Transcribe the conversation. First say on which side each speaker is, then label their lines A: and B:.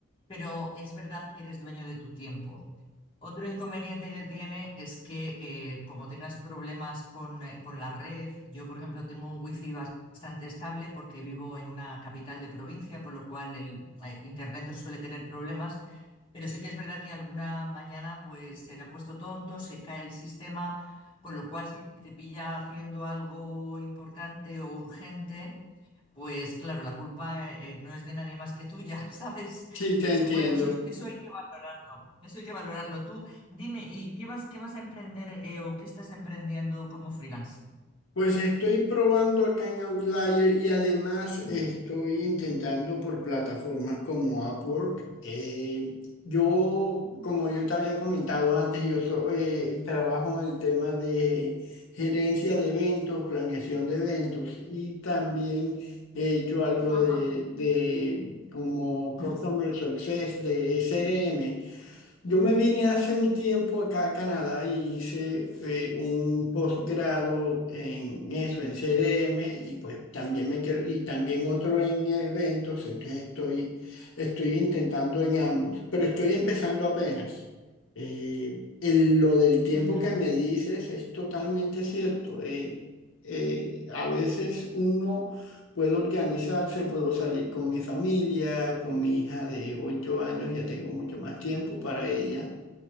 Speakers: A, on the left; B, on the left.
A: pero es verdad que eres dueño de tu tiempo. Otro inconveniente que tiene es que eh, como tengas problemas con, eh, con la red, yo por ejemplo tengo un wifi bastante bastante estable porque vivo en una capital de provincia, con lo cual el eh, internet no suele tener problemas, pero sí que es verdad que alguna mañana pues se ha puesto tonto, se cae el sistema, con lo cual si te pilla haciendo algo importante o urgente, pues claro, la culpa eh, no es de nadie más que tuya, <laughs> ¿sabes?
B: sí, te
A: Entonces,
B: entiendo.
A: bueno, eso, es- eso hay que valorarlo, eso hay que valorarlo. Tú dime, ¿y qué vas, qué vas a emprender eh, o qué estás emprendiendo como freelance?
B: Pues estoy probando acá en Outlier y además estoy intentando por plataformas como Upwork. Eh, yo, como yo te había comentado antes, yo so- eh, trabajo en el tema de gerencia de eventos, planeación de eventos y también he hecho algo
A: Ajá.
B: de, de como Customer Success de CRM. Yo me vine hace un tiempo acá a Canadá y hice eh, un posgrado en eso, en CRM, y pues también me quiero- y también otro en eventos, entonces estoy, estoy intentando en ambos, pero estoy empezando apenas. Eh, el- lo del tiempo
A: Ujú,
B: que me dices es totalmente cierto. eh, eh, a veces uno puedo organizarse, puedo salir con mi familia, con mi hija de 8 años, ya tengo mucho más tiempo para ella.